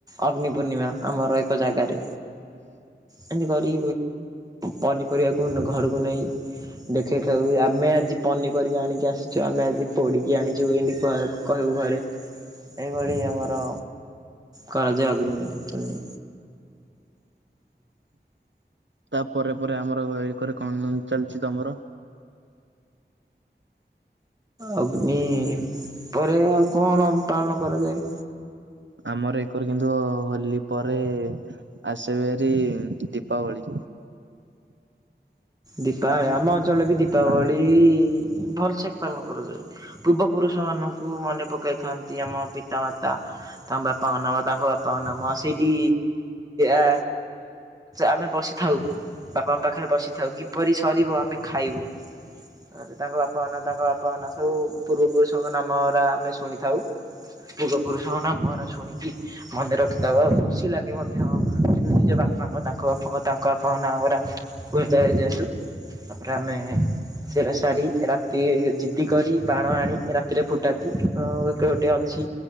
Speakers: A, on the right; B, on the right.
A: ଅଗ୍ନିପୂର୍ଣ୍ଣିମା ଆମର ଏକ ଜାଗାରେ। ଏମିତି କରି ପନିପରିବାକୁ ଘରକୁ ନେଇ ଦେଖେଇ ସେ ଆମେ ଆଜି ପନିପରିବା ଆଣିକି ଆସିଛୁ ଆମେ ଆଜି ପୋଡ଼ିକି ଆଣିଛୁ ଏମିତି କହିବୁ ଘରେ ଏଭଳି ଆମର କରାଯାଏ ଅଗ୍ନି ପୂର୍ଣି
B: ତାପରେ ପରେ ଆମର ଏକରେ କଣ ଚାଲିଛି ତମର?
A: ଅଗ୍ନି ପରେ ଆଉ କଣ ପାଳନ କରାଯାଏ?
B: ଆମର ଏକରେ କିନ୍ତୁ ହୋଲି ପରେ ଆସେ ଭେରୀ ଦୀପାବଳି।
A: ଦୀପାବଳି ଆମ ଅଞ୍ଚଳରେ ବି ଦୀପାବଳି
B: ଅ
A: ଭଲ ସେଠି ପାଳନ କରାଯାଏ ପୂର୍ବପୁରୁଷମାନଙ୍କୁ ମନେ ପକାଇଥାନ୍ତି। ଆମ ପିତାମାତା ତାଙ୍କ ବାପାଙ୍କ ନାମ ତାଙ୍କ ବାପାଙ୍କ ନାମ ସେଇଠି ଆ ଆମେ ବସିଥାଉ। ବାପାଙ୍କ ପାଖରେ ବସିଥାଉ କିପରି ସରିବ ଆମେ ଖାଇବୁ। ଆ ତାଙ୍କ ବାପା ନାଁ ତାଙ୍କ ବାପା <unintelligible> ପୂର୍ବ ପୁରୁଷଙ୍କ ନାମ ତା ଆମେ ଶୁଣିଥାଉ ପୂର୍ବ ପୁରୁଷଙ୍କ ନାମ ହେରା ଶୁଣିକି ମନେ ରଖିଥାଉ ଆଉ ଖୁସି ଲାଗେ ମତେ ହଁ ନିଜ ବାପାଙ୍କ ତାଙ୍କ ବାପାଙ୍କ ତାଙ୍କ ବାପାଙ୍କ ନାଁ ପରା କୁହାଯାଏ ଯେ ତୁ। ତାପରେ ଆମେ ସେରା ସାରି ଏରା ଏମିତି ଜିଦ୍ଦି କରି ବାଣ ଆଣି ରାତିରେ ଫୁଟାନ୍ତି ଏବଂ ଗୋଟିଏ ଅଛି